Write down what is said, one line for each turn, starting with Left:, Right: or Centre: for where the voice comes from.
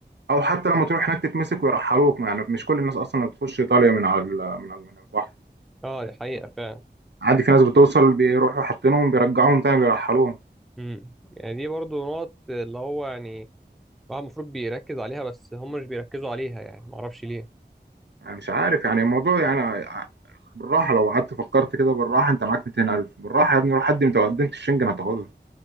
Right: او حتى لما تروح هناك تتمسك ويرحلوك يعني مش كل الناس اصلا اللي بتخش ايطاليا من على ال- من ال- من البحر
Centre: أه دي حقيقة فعلا
Right: عادي في ناس بتوصل بيروحوا حاطينهم بيرجعوهم تاني بيرحلوهم
Centre: امم يعني دي برضه نقط اللي هو يعني الواحد المفروض بيركز عليها بس هم مش بيركزوا عليها يعني معرفش ليه
Right: يعني مش عارف يعني الموضوع يعني بالراحه لو قعدت فكرت كده بالراحه انت معاك 200000 بالراحه يا ابني روح قدم انت لو قدمت الشنجن هتاخدها